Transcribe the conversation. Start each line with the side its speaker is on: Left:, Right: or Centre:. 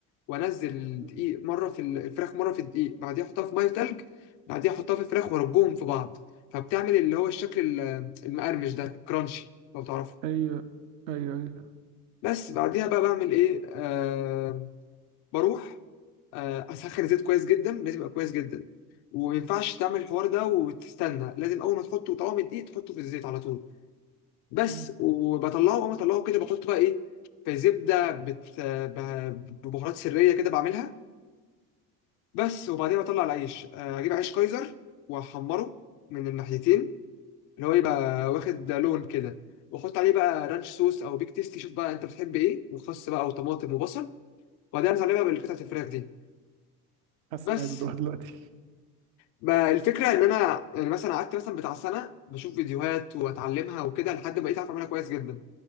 Left: وانزل الدقيق
Right: مم.
Left: مره في ال- الفراخ مره في الدقيق بعديها احطها في ميه تلج بعديها احطها في الفراخ وارجهم في بعض فبتعمل اللي هو الشكل ال- المقرمش ده الكرانشي لو تعرفه
Right: ايوه ايوه ايوه
Left: بس بعديها بقى بعمل ايه آه، بروح آه، اسخن الزيت كويس جدا لازم يبقى كويس جدا وما ينفعش تعمل الحوار ده وتستنى لازم اول ما تحطه طعام الدقيق تحطه في الزيت على طول بس
Right: مم.
Left: وبطلعه اول ما اطلعه كده بحطه بقى ايه في زبده بت... ب- ببهارات سريه كده بعملها بس وبعدين بطلع العيش آه، اجيب عيش كايزر واحمره من الناحيتين اللي هو يبقى واخد لون كده واحط عليه بقى رانش صوص او بيك تيستي شوف بقى انت بتحب ايه وخس بقى وطماطم وبصل وبعدين انزل عليه بقى بالقطعه الفراخ دي
Right: حاسس
Left: بس
Right: اني عايز ادوقها دلوقتي
Left: ما الفكره ان انا يعني مثلا قعدت مثلا بتاع سنه بشوف فيديوهات واتعلمها وكده لحد ما بقيت اعرف اعملها كويس جدا